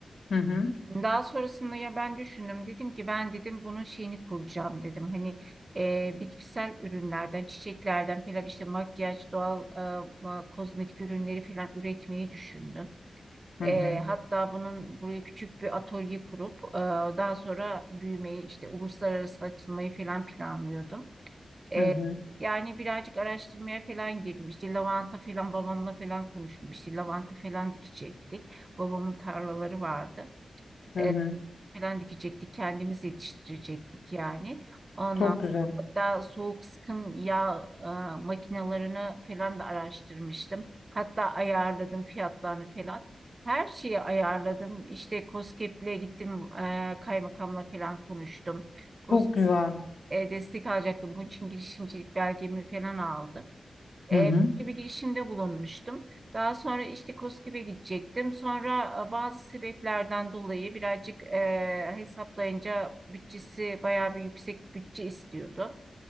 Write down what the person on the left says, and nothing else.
Hı hı.
Hı
hı.
Hı hı.
Hı
hı.
Çok güzel.
Çok güzel.
Hı hı.